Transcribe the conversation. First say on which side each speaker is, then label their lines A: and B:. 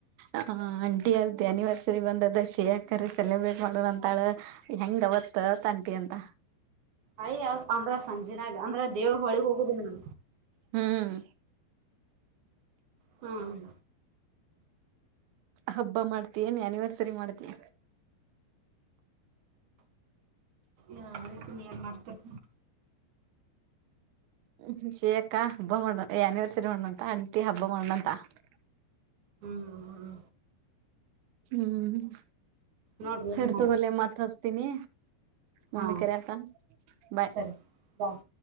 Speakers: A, on the right; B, on the right.
A: ಆ ಅಂಟಿ ಅ್ದ ಅನಿವರ್ಸರಿ ಬಂದದ ಶೇಕರೆ ಸೆಲೆಬ್ರೇಟ್ ಮಾಡೋಣ ಅಂತಾಳ. ಹೆಂಗ್ದವತ್ ತಂಟಿ ಅಂತ.
B: ಅಯ ಅಂದ್ರ ಸಂಜೆನಾಗ ಅಂದ್ರ ದೇವ್ರ ಹೊಳಿಗ್ ಹೋಗುದಿ ನಾ.
A: ಹ್ಮ್.
B: ಹ್ಮ್.
A: ಹಬ್ಬ ಮಾಡ್ತ ಏನ್ ಅನಿವರ್ಸರಿ ಮಾಡ್ತ.
B: ಯದ ಪು ನೀ ಏನ್ ಮಾಡ್ತಾರ.
A: ಹ್ಮ್ ಶೇ ಅಕ್ಕ ಹಬ್ಬ ಮಾಡಣ್ಣ ಆನಿವರ್ಸರಿ ಮಣ್ಣಂತ ಅಂಟಿ ಹಬ್ಬ ಮಣ್ಣಂತ. <unintelligible>
B: ಹ್ಮ್ ಹ್ಮ.
A: ಹ್ಮ್
B: ನೋಡ್ರಿ
A: ಸೇರ್ ತಗೊಳ್ಳೆ ಮತ್ ಹಸ್ತೀನಿ. ಮಮ್ಮಿ
B: ಹಾ
A: ಕ್ಯರ್ತ ಬಾಯ್.
B: ಸರಿ ಬಾಯ್